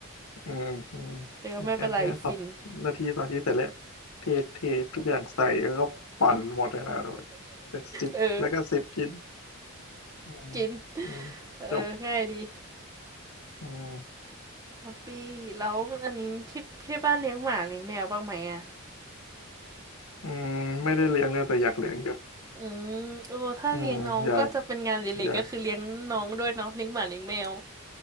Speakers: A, on the left; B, on the right.
A: อืมอืม
B: แต่ก็ไม่เป็นไรฟิน
A: อันเนี้ยสองนาทีสองนาทีเสร็จแล้วเทเททุกอย่างใส่แล้วก็ปั่นหมดเลยนะแต่จิบแล้วก็สิบกิน
B: เออ
A: อืม
B: กิน
A: อืมจบ
B: เออง่ายดี
A: อืม
B: แฮปปี้แล้วอันนี้ที่ที่บ้านเลี้ยงหมาเลี้ยงแมวบ้างไหมอ่ะ
A: อืมไม่ได้เลี้ยงเลยแต่อยากเลี้ยงอยู่
B: อืมเออถ้าเลี้ยงน้องก็จะเป็นงานเล็กๆก็คือเลี้ยงน้องด้วยเนาะเลี้ยงหมาเลี้ยงแมว
A: อืมอยากอยาก